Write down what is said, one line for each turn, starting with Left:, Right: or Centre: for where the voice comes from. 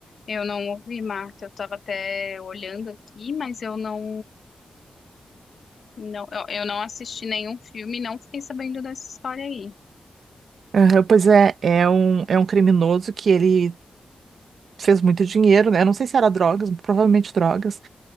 Left: Eu não ouvi, Marta. Eu tava até olhando aqui, mas eu não, não, eu, eu não assisti nenhum filme, não fiquei sabendo dessa história aí.
Right: Aham, pois é, é um, é um criminoso que ele fez muito dinheiro, né? Não sei se era drogas, provavelmente drogas.